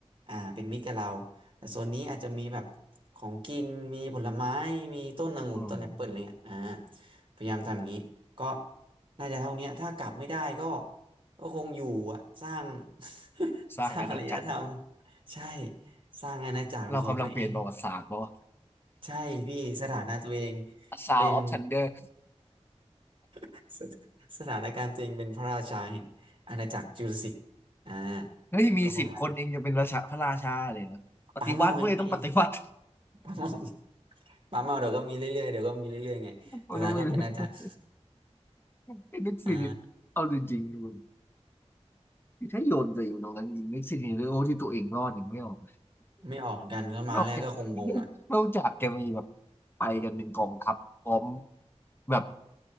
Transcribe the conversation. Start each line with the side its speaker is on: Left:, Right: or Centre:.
Right: อ่าเป็นมิตรกับเราแต่โซนนี้อาจจะมีแบบของกินมีผลไม้มีต้นองุ่นต้นแอปเปิลอะไรเงี้ยอ่า
Left: อืม
Right: พยายามทำอย่างนี้ก็น่าจะเท่านี้ถ้ากลับไม่ได้ก็ ก็คงอยู่อะสร้าง <laughs>
Left: สร้างอาณาจักร
Right: สร้างอารยธรรมใช่สร้างอาณาจักรเป็นของตัวเอง
Left: เรากำลังเปลี่ยนประวัติศาสตร์ป่าว
Right: ใช่พี่สถานะตัวเอง
Left: ซาวออฟทันเดอร์
Right: เป็น <laughs> สสถานการณ์ตัวเองเป็นพระราชาแห่งอาณาจักรจูราสสิกอ่า
Left: เฮ้ยมีสิบคนเองจะเป็นราชาพระราชาเลยนะปฏิวัติเว้ยต้องปฏิวัติ
Right: ก็ประมาณนี้ป๋าเมาไงพี่ป๋าเมาป๋าเมาเดี๋ยวก็มีเรื่อยๆเดี๋ยวก็มีเรื่อยๆไงสุดท้ายก็เป็นอาจารย์
Left: โอโนไมิเลสไอ้ <laughs>
Right: <laughs>
Left: นึกซินิตเอาจริงๆมึง
Right: อ่า
Left: ถ้าโยนตัวเองตรงนั้นจริงนึกซินิตเลยโอ้ที่ตัวเองรอดอย่างไม่ออก
Right: ไม่ออกเหมือนกันก็มาแรกก็คงงงอ่ะ
Left: นอกจาก <laughs> นอกจากจะมีแบบไปกันเป็นกองทัพพร้อมแบบ